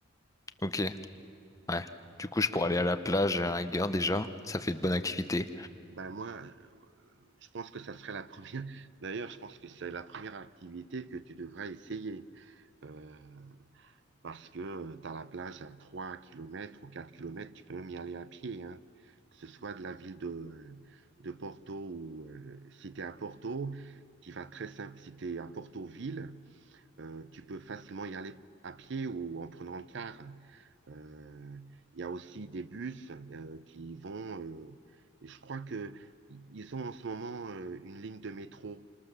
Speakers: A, on the left (about 15°); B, on the right (about 60°).
A: Ok, ouais. Du coup, je
B: Et
A: pourrais aller à la plage à la rigueur déjà. Ça fait de bonnes activités.
B: ben moi, euh, je pense que ça serait la première. <laughs> D'ailleurs, je pense que c'est la première activité que tu devrais essayer. Euh, parce que tu as la plage à 3 kilomètres ou 4 kilomètres. tu peux même y aller à pied, hein. Que ce soit de la ville de, de Porto ou euh, si tu es à Porto, tu vas très simple. Si tu es à Porto-Ville, euh, tu peux facilement y aller à pied ou en prenant le car. Euh, Il y a aussi des bus euh, qui vont. euh, et je crois que ils ont en ce moment euh, une ligne de métro